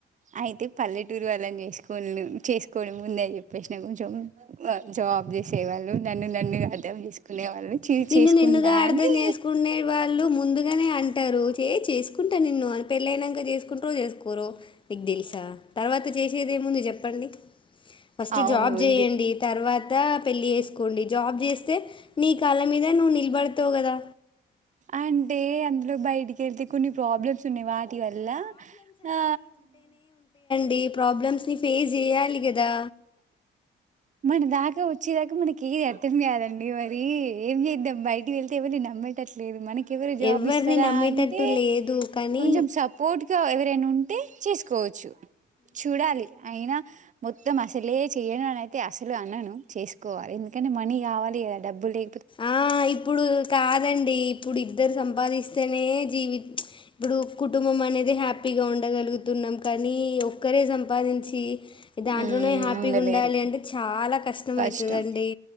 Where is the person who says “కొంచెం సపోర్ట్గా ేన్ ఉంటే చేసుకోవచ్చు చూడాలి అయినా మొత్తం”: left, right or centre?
Right